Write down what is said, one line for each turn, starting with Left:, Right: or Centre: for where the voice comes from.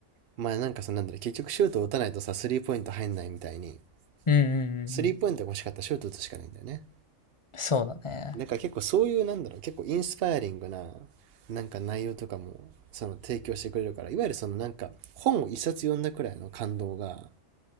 Right: まあなんかそのなんだろう結局シュートを打たないとさスリーポイント入んないみたいに
Left: うんうん。
Right: スリーポイントが欲しかったらシュート打つしかないんだよね
Left: うんうんうんうん。そうだね。
Right: なんか結構そういうなんだろう結構インスパイアリングななんか内容とかもその提供してくれるからいわゆるそのなんか本を一冊読んだくらいの感動が